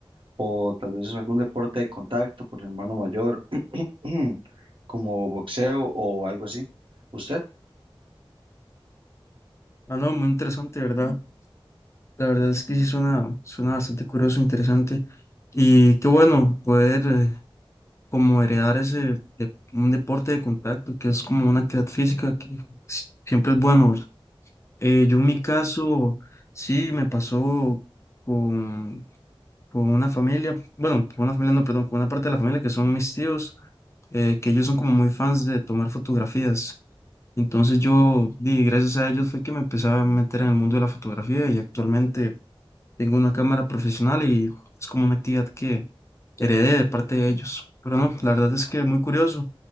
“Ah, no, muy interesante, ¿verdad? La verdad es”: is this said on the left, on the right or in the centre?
Left